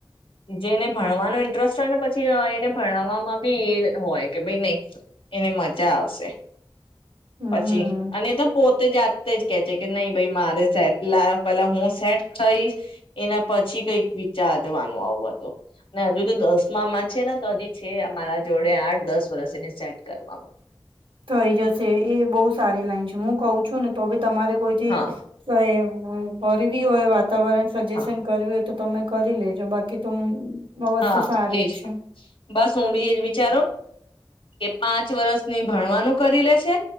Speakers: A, on the left; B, on the right.
A: જેને ભણવાનો ઇન્ટરસ્ટ હોય ને પછી એને ભણવામાં બી એ હોય કે ભઈ નહી એને મજા આવશે.
B: હમ
A: પછી અને તો પોતે જાતે જ કે છે કે નઈ ભાઈ મારે સેટ લાવો પેલા હું સેટ થઈશ એના પછી કઈક વિચારવાનું આવ હજુ તો દસમાંમાં છે ને તો હજી છે મારા જોડે આઠ દસ વર્ષ એને સેટ કરવામાં
B: થઈ જશે એ બહુ સારી લાઈન છે હું કઉ છું ને તો તમામરે કઈથી
A: હા
B: સ એ હમ કરવી હોય વાતાવરણ સજેશન
A: હા
B: કરવી હોય તો તમે કરી લેજો બાકી તો વસ્તુ
A: હા
B: સારી
A: એજ
B: જ છે
A: બસ હું બી એજ વિચારો કે પાંચ વર્ષની ભણવાનું કરી લેશે